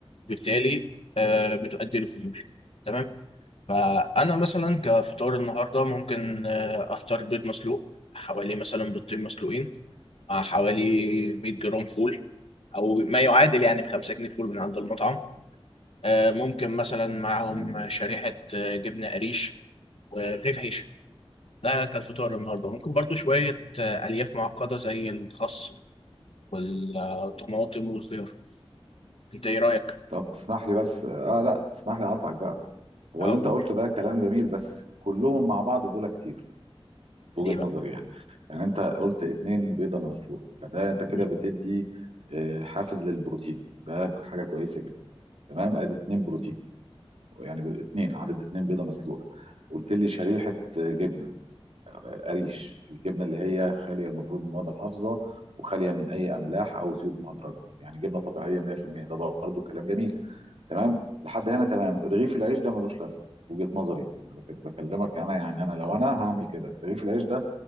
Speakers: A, on the left (about 70°); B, on the right (about 75°).
A: بالتالي آه، بتؤدي للخمول تمام فأنا مثلا كفطار النهاردة ممكن آه، أفطر بيض مسلوق حوالي مثلا بيضتين مسلوقين مع حوالي 100 جرام فول أو ما يعادل يعني بخمسة جنيه فول من عند المطعم آه، ممكن مثلا معاهم
B: تمام
A: شريحة آه، جبنة قريش ورغيف عيش ده كان فطار النهاردة ممكن برضو شوية آه، ألياف معقدة زي الخس والطماطم والخيار أنت إيه رأيك؟
B: طب تسمح لي بس اه لا تسمح لي اقطعك بقى هو
A: أقول
B: اللي انت قلته ده كلام جميل بس كلهم مع بعض دول كتير في وجهة
A: ليه بقى؟
B: نظري يعني يعني انت قلت اتنين بيضة مسلوقة فده انت كده
A: مم.
B: بتدي آه، حافز للبروتين ده حاجة كويسة جدا تمام ادي اتنين بروتين يعني ب- اتنين عدد اتنين بيضة مسلوقة قلت لي شريحة آه، جبنة آه، قريش الجبنة اللي هي خالية المفروض من المواد الحافظة وخالية من اي املاح او زيوت مهدرجة يعني جبنة طبيعية 100% ده برضو كلام جميل تمام لحد هنا تمام رغيف العيش ده ملوش لازمه في وجهه نظري انا بك- بكلمك انا يعني انا لو انا هعمل كده رغيف العيش ده